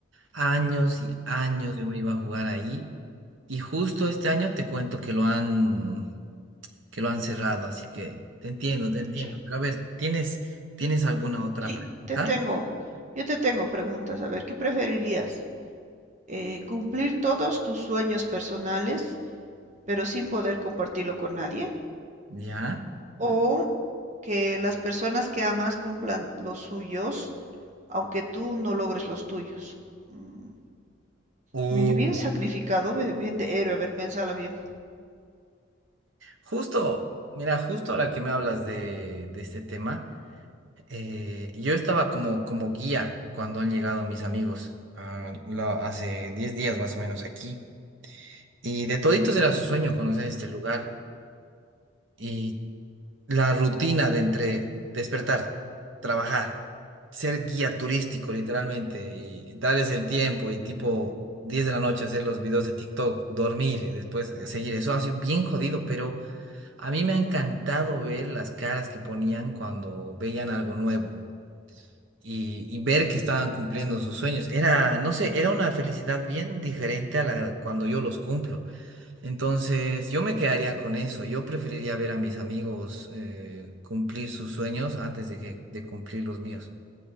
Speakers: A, on the right (about 70°); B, on the right (about 35°).
A: Años y años yo me iba a jugar ahí y justo este año te cuento que lo han, que lo han cerrado, así que te entiendo,
B: Mucho.
A: te entiendo. Pero a ver, ¿tienes, tienes alguna otra
B: Sí,
A: pregunta?
B: te tengo. Yo te tengo preguntas. A ver, ¿qué preferirías? Eh, ¿cumplir todos tus sueños personales, pero sin poder compartirlo con nadie?
A: ¿Ya?
B: ¿O que las personas que amas cumplan los suyos, aunque tú no logres los tuyos? Mm,
A: Uh.
B: Medio bien sacrificado, medio bien de héroe, a ver, piénsala bien.
A: Justo, mira, justo ahora que me hablas de, de este tema, eh, yo estaba como, como guía cuando han llegado mis amigos, ah, lo- hace 10 días más o menos aquí, y de toditos era su sueño conocer este lugar y la rutina de entre despertar, trabajar, ser guía turístico literalmente y darles el tiempo y tipo 10 de la noche hacer los videos de TikTok, dormir y después eh, seguir, eso ha sido bien jodido, pero... A mí me ha encantado ver las caras que ponían cuando veían algo nuevo y, y ver que estaban cumpliendo sus sueños. Era, no sé, era una felicidad bien diferente a la cuando yo los cumplo. Entonces, yo me quedaría con eso. Yo preferiría ver a mis amigos eh, cumplir sus sueños antes de que de cumplir los míos,